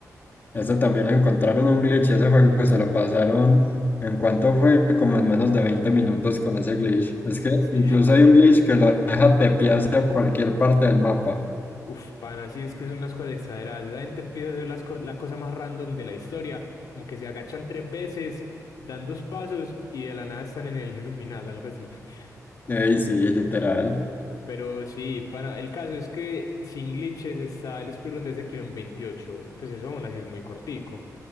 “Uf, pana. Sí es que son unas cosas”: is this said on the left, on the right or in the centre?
Left